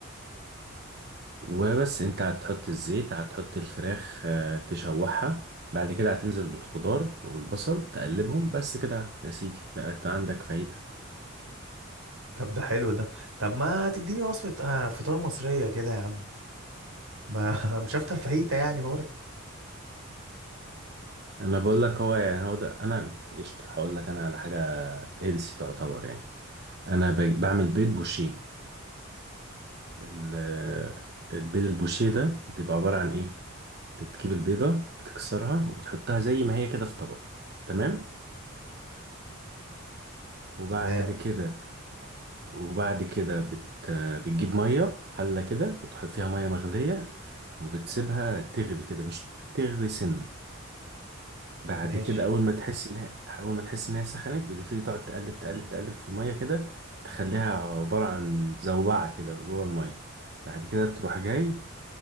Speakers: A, on the right; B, on the right.
A: وبس انت هتحط الزيت هتحط الفراخ آه، تشوحها بعد كده هتنزل بالخضار والبصل تقلبهم بس كده يا سيدي بقت عندك فايدة
B: طب ده حلو ده طب ما تديني وصفه آه، فطار مصريه كده يا عم ما- <laughs> مش هفطر فاهيتا يعني برضه
A: انا بقول لك هو يعني هو ده انا قشطة هقول لك انا على حاجة هيلسي تعتبر يعني انا ب- بعمل بيض بوشيه ال- البيض البوشيه ده بيبقى عبارة عن ايه بتجيب البيضة بتكسرها وبتحطها زي ما هي كده في طبق تمام وبعد
B: تمام
A: كده وبعد كده بت... بتجيب مية حلة كده وتحط فيها مية مغلية وبتسيبها تغلي كده مش تغلي سنة بعد
B: ماشي
A: كده أول ما تحس إن هي أول ما تحس إن هي سخنت بتبتدي تقعد تقلب تقلب تقلب في المية كده تخليها عبارة عن زوبعة كده جوه المية بعد كده تروح جاي